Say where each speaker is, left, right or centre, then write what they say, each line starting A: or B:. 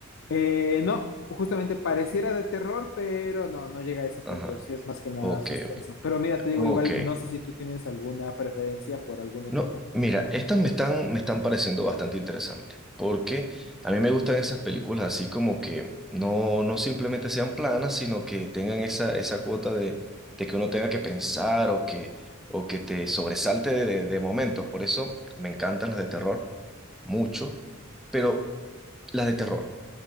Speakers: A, on the left; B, in the centre.
A: Eh, no, justamente pareciera de terror, pero no, no llega a ese punto.
B: Ajá.
A: Sí es más que nada
B: Ok,
A: suspenso.
B: ok.
A: Pero mira, te digo
B: Ok.
A: igual, no sé si tú tienes alguna preferencia por algún otro
B: No,
A: género.
B: mira, estas me están, me están pareciendo bastante interesantes. Porque a mí me gustan esas películas así como que no, no simplemente sean planas, sino que tengan esa, esa cuota de, de que uno tenga que pensar o que, o que te sobresalte de, de de momentos. Por eso me encantan las de terror mucho. Pero las de terror.